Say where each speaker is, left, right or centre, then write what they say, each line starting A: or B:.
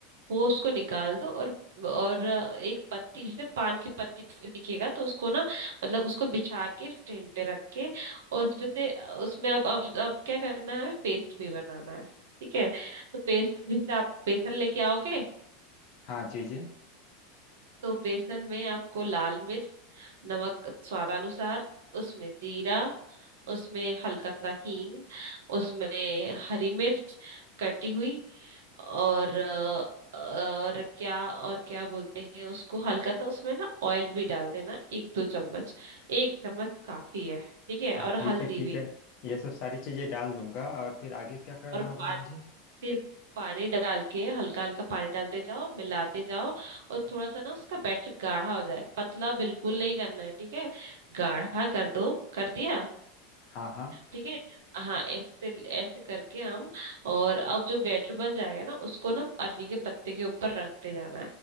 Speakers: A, on the right; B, on the left.
A: वो उसको निकाल दो और और एक पत्ती जैसे पान की पत्ती जैसे दिखेगा तो उसको ना मतलब उसको बिछा के स्टैंड पे रख के और उसमें से उसमें अब अब अब क्या करना है हमें पेस्ट भी बनाना है ठीक है तो पेस्ट जैसे आप बेसन लेके आओगे
B: हाँ जी जी
A: तो बेसन में आपको लाल मिर्च नमक स्वादानुसार उसमें जीरा उसमें हल्का सा हींग उसमें हरी मिर्च कटी हुई और अ, और क्या और क्या बोलते हैं उसको हल्का सा उसमें ना ऑयल भी डाल देना एक दो चम्मच एक चम्मच काफी है ठीक है
B: हाँ
A: और
B: ठीक
A: हल्दी
B: है ठीक
A: भी
B: है यह सब सारी चीज़ें डाल दूंगा और फिर आगे क्या करना
A: और
B: होगा मुझे
A: फिर पानी डाल के हल्का हल्का पानी डालते जाओ मिलाते जाओ और थोड़ा सा ना उसका बैटर गाढ़ा हो जाए पतला बिल्कुल नहीं करना है ठीक है गाढ़ा कर दो कर दिया
B: हाँ हाँ
A: ठीक है हाँ ऐसे ऐसे करके हम और अब जो बैटर बन जाएगा ना उसको ना अरवी के पत्ते के ऊपर रखते जाना